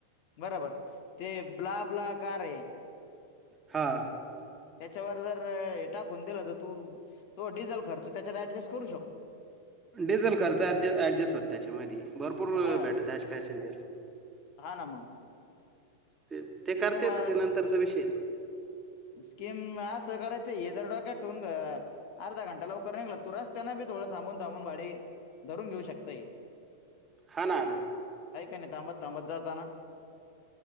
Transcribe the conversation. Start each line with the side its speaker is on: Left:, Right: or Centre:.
Left: बरोबर ते ब्ला ब्ला का रे.
Right: हां.
Left: त्याच्यावर जर हे टाकून दिलं तर तू. तो डिझे खच त्याच्यात ऍडजस्ट करू शकतो.
Right: डिझेल खर्च ऍड ऍडजस्ट होतता त्याच्यामध्येध. भरपूर
Left: हा
Right: भेटत आज पॅसेंजर
Left: हा ना मग
Right: तेच. ते करते
Left: किंवा
Right: येत हो ते नंतरचा विषय तो.
Left: स्कीम असं करायचं हे दरडाक टव ग. अर्धा घंटा लवकर निघला तू रस्त्यांना बी थोडं थांबून थांबून भाडी धरून घेऊ शकताय. <unintelligible>
Right: हा ना ना.
Left: ऐ काय नाही तथांब तांबत जाताना.